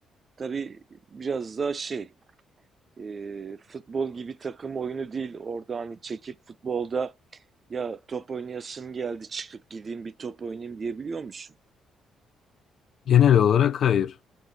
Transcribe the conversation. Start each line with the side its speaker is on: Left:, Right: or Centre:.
Right: Tabii biraz daha şey, e, futbol gibi takım oyunu değil. Orada hani çekip futbolda ya top oynayasım geldi çıkıp gideyim bir top oynayayım diyebiliyor musun?
Left: Genel olarak hayır.